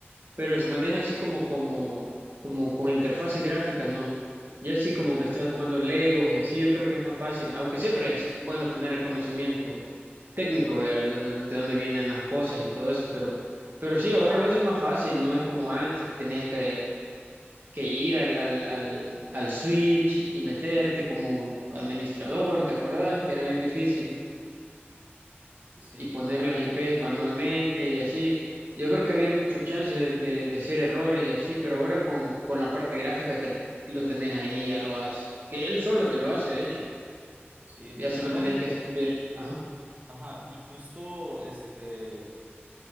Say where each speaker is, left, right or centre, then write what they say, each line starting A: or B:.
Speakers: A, on the right; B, on the right.
A: pero se maneja así como, como, como con interfaces gráficas, ¿no? Ya así como
B: Ujú.
A: que estás jugando Legos y así, yo creo que es más fácil, aunque siempre es bueno tener el conocimiento técnico, ver de, de- de dónde vienen las cosas y todo eso, pero, pero sí, ahora lo hacen más fácil, no es como antes que tenías que, que ir al, al, al, al Switch y meterte como administrador, ¿te acordás? Que era bien difícil
B: Sí,
A: y poner las IPs manualmente y así. Yo creo que había mucho chance de, de, de hacer errores y así, pero ahora con, con la parte gráfica que lo tenés ahí, ya lo haces. Que él solo te lo hace, de hecho.
B: sí.
A: Ya solo
B: No,
A: tenés
B: y,
A: que ver. Ajá.
B: ajá, y justo este